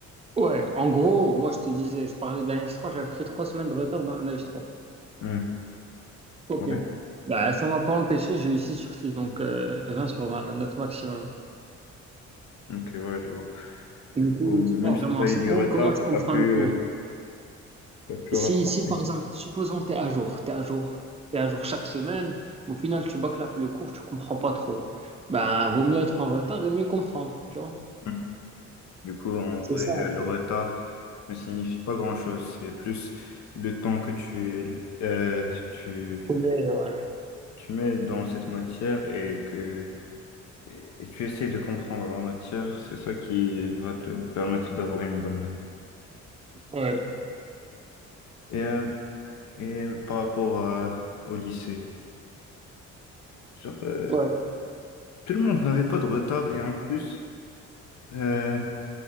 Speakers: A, on the right (about 20°); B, on the left (about 65°).
A: Ouais, en gros, moi, je te disais, je parlais d'un 3 j'avais pris trois semaines de retard dans un 3
B: Hmm,
A: Ok.
B: Ouais,
A: Bah, ça m'a pas empêché, j'ai eu 6 sur 6, donc euh, 20 sur vingt, la note maximum.
B: ok, ouais, je vois.
A: Et
B: Du
A: Du coup,
B: coup, Même
A: c'est pas vraiment,
B: si t'as
A: c'est
B: eu du
A: quand-
B: retard,
A: comment est comprends
B: t'as pu.
A: le cours?
B: euh, T'as pu
A: Si,
B: rattraper.
A: si par exemple, supposons que tu es à jour, tu es à jour, tu à jour chaque semaine, mais au final, tu bâcles un peu le cours, tu comprends pas trop. Ben vaut mieux être en retard et mieux comprendre, tu vois?
B: Mm. Du coup, en
A: C'est
B: vrai,
A: ça,
B: euh,
A: en
B: le
A: fait.
B: retard ne signifie pas grand-chose. C'est plus le temps que tu, euh, tu,
A: Mais, ouais.
B: tu mets dans cette matière et que et et tu essaies de comprendre la matière. C'est ça qui va te permettre d'avoir une bonne note.
A: Ouais,
B: Et, euh, et par rapport à- au lycée, genre, euh,
A: ouais.
B: tout le monde n'avait pas de retard et en plus, euh,